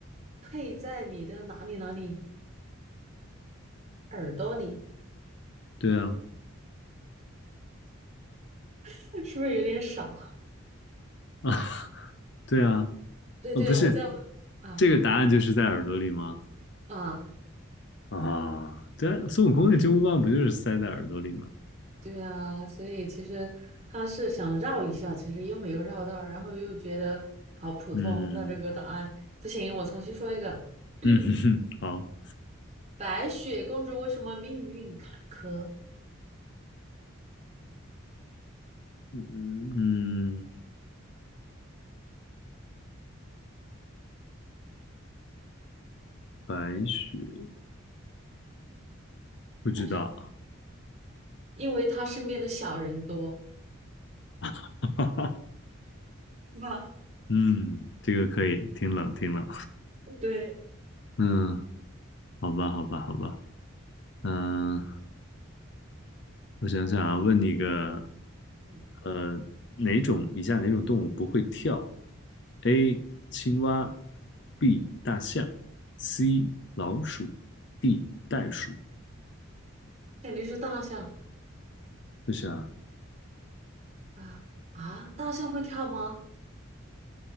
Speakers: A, on the right; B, on the left.
A: 配在你的哪里哪里耳朵里，
B: 对啊，
A: <laughs> 是不是有点傻？
B: <laughs> 啊，对啊，
A: 对对，
B: 啊，不是，
A: 我在问啊
B: 这个答案就是在耳朵里吗？
A: 啊。
B: 啊，对啊孙悟空的金箍棒不就是塞在耳朵里吗？
A: 对啊，所以其实他是想绕一下，其实又没有绕到，然后又觉得好普通的这个答案，
B: 嗯
A: 不行，我重新说一个。<clears throat>
B: 嗯，<laughs> 好，
A: 白雪公主为什么命运坎坷？
B: 嗯嗯，白雪不知道，
A: 白雪，因为她身边的小人多。
B: <laughs>
A: 是吧？
B: 嗯，这个可以，挺冷挺冷，
A: 对，
B: 嗯，好吧好吧好吧，嗯。我想想啊，问你个，
A: 嗯，
B: 呃，哪种以下哪种动物不会跳？A. 青蛙，B. 大象，C. 老鼠，D. 袋鼠。
A: 肯定是大象
B: 就是啊，
A: 啊啊！大象会跳吗？